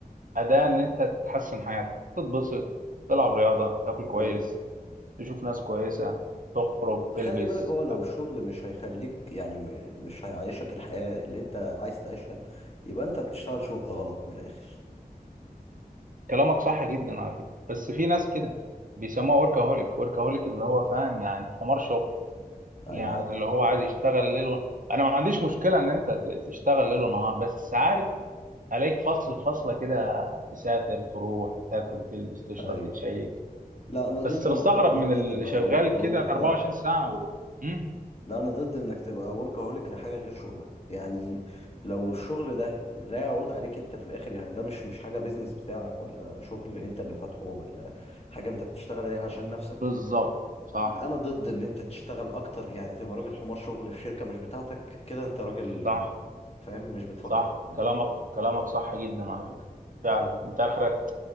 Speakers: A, on the right; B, on the left.
A: اداة ان انت تحسن حياتك تتبسط تلعب رياضه تاكل كويس
B: ايوه
A: تشوف ناس كويسه تخرج تلبس
B: ما خلي بالك هو لو الشغل مش هيخليك يعني م- مش هيعيشك الحياة اللي انت عايز تعيشها يبقى انت بتشتغل شغل غلط من الاخر
A: كلامك صح جدا على فكرة بس في ناس كده بيسموها وركهوليك وركهوليك اللي هو فاهم يعني حمار شغل
B: ايوه
A: يعني
B: عارفه
A: اللي
B: ده
A: هو عايز يشتغل ليل و... انا ما عنديش مشكلة ان انت ت- تشتغل ليل ونهار بس عارف عليك فصل فصلة كده تسافر تروح تاكل تلبس تشرب
B: ايوه
A: تتشيك
B: لا انا ضد
A: بس بستغرب
B: موضوع ان
A: من
B: انت
A: اللي
B: تبقى
A: شغال
B: وركهوليك
A: كده 24
B: ده
A: ساعة و... مم.
B: لا انا ضد انك تبقى وركهوليك لحاجة غير شغلك يعني لو الشغل ده لا يعود عليك انت في الاخر يعني ده مش مش حاجة بيزنس بتاعك ولا شغل انت اللي فاتحه ولا حاجة انت بتشتغل عليها عشان نفسك
A: بالظبط صح
B: انا ضد ان انت تشتغل اكتر يعني تبقى راجل حمار شغل في شركه مش بتاعتك كده انت راجل
A: صح
B: فاهم مش بتفكر
A: صح كلامك كلامك صح جدا على فكرة فعلا انت اخرك